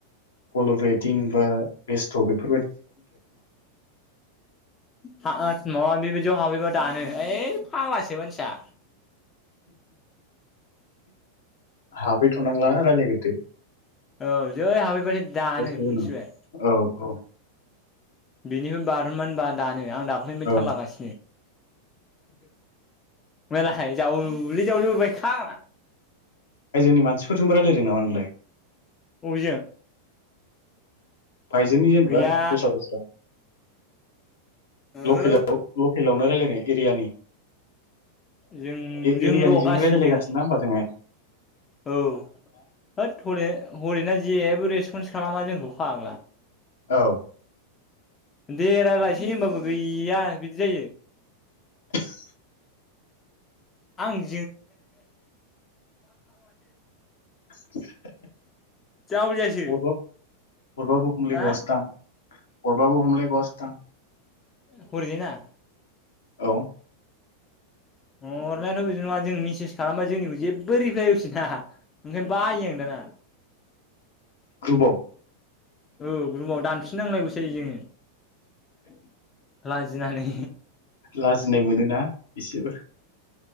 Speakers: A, on the left (about 60°); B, on the left (about 20°).
A: कलबेटिं बा बेस्थ' बेफोर
B: हा आथ माबा बेबायदियाव हाबहैबा दानो। ओइ फाग्लासो मानसिया।
A: हाबहैथ'नांला रायलायग्रोदो।
B: औ जै हाबहै बाथाय दानो
A: दसे
B: मिनथिबाय।
A: उनाव औ औ
B: बिनिफ्राय बार'न मान बा दा ए आं दाख्लैनिफ्राय
A: औ
B: थाललागासिनो। मलाहाय जावलि जावलि हर
A: आयजोनि मानसिफोरजोंबो रायलायदों नामा नोंलाय
B: बबेजों
A: फाइजोनि जेनेबा
B: गैया
A: <unintelligible>
B: ओहो
A: लकेलाव-लकेलावनो रायलायनाय एरियानि
B: जों
A: ए-एरियानिजोंनो
B: जोंल' गासैजों
A: रायलायलायगासिनो ना होमबा जोङो
B: <unintelligible> खालामा जोंखौ <unintelligible>
A: औ
B: दे रायलायसै होमबाबो गैया बिदि जायो
A: <inaudible>
B: आं <inaudible>
A: <inaudible>
B: जावलियासो
A: अरबा अरबाबु हमलाय
B: हा
A: बावासो दां अरबाबु हमलाय बावासोदां
B: हरैजायना
A: औ
B: <unintelligible> बेदि नङा जों मिसेज खालामबा जोंनिखौ जेबो रिप्लाय होफिना <unintelligible> बायो आं दाना
A: ग्रुुबाव
B: ओ रुमाव दानफिननांलायगौ <unintelligible> लाजिनानै
A: लाजिनाय मोनोना एसेबो